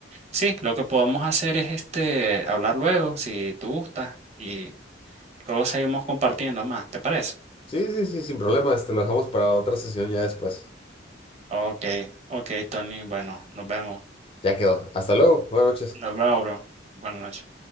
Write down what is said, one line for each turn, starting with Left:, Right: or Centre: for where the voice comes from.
Right: Sí, lo que podemos hacer es este, hablar luego, si tú gustas, y luego seguimos compartiendo más, ¿te parece?
Left: sí, sí, sí, sin problema. Este, lo dejamos para otra sesión ya después.
Right: Ok, ok, Tony, bueno, nos vemos.
Left: Ya quedó. Hasta luego. Buenas noches.
Right: Nos vemos, bro. Buenas noches.